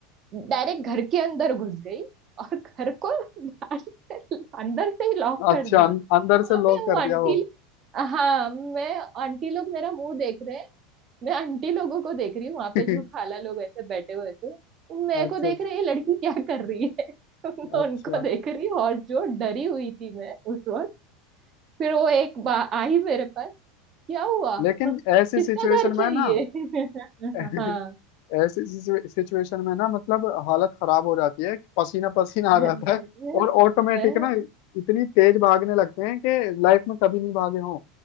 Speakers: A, on the right; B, on the left.
A: डायरेक्ट घर के अंदर घुस गई और घर को बाहर से अंदर से ही लॉक कर
B: अच्छा
A: दी
B: अं- अंदर
A: वहां
B: से लॉक
A: पे
B: कर
A: वो आंटी
B: दिया वो
A: हाँ मैं आंटी लोग मेरा मुंह देख रहे हैं मैं आंटी लोगों को देख रही हूँ वहां
B: <laughs>
A: पे जो खाला लोग ऐसे बैठे हुए थे वो मेरे
B: अच्छा
A: को देख रहे हैं, ये लड़की क्या कर रही है <laughs> मैं
B: अच्छा
A: उनको
B: अच्छा
A: देख रही हूँ और जो डरी हुई थी मैं उस वक्त फिर वो एक बा आई मेरे पास क्या हुआ
B: लेकिन
A: <laughs> किसका
B: ऐसी सिचुएशन
A: घर
B: में
A: चाहिए
B: ना
A: <laughs>
B: <laughs>
A: हाँ
B: ऐसी सिचुएशन में ना मतलब हालत खराब हो जाती है पसीना पसीना
A: अरे
B: आ जाता है और ऑटोमेटिक
A: मैं
B: ना इतनी तेज भागने लगते हैं कि लाइफ में कभी नहीं भागे हों